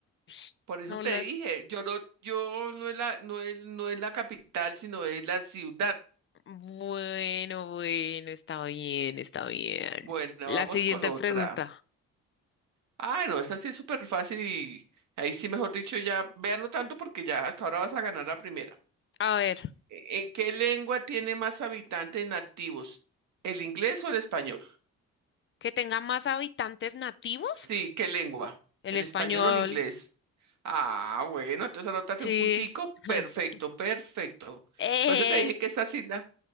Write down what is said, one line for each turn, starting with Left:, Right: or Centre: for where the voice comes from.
Left: <sniffs>
Right: Por eso
Left: No
Right: te
Left: la...
Right: dije, yo no, yo no es la, no es, no es la capital, sino es la ciudad.
Left: Bueno, bueno, está bien, está bien.
Right: Bueno,
Left: La
Right: vamos
Left: siguiente
Right: con otra.
Left: pregunta.
Right: Ah, no, esa sí es súper fácil y ahí sí, mejor dicho, ya véanlo tanto porque ya hasta ahora vas a ganar la primera.
Left: A ver,
Right: ¿En qué lengua tiene más habitantes nativos? ¿El inglés o el español?
Left: que tenga más habitantes nativos.
Right: Sí, ¿qué lengua?
Left: El
Right: ¿El
Left: español.
Right: español o el inglés? Ah, bueno, entonces anótate
Left: Sí.
Right: un puntico.
Left: <laughs>
Right: Perfecto, perfecto.
Left: Eh.
Right: Por eso te dije que esta sí la,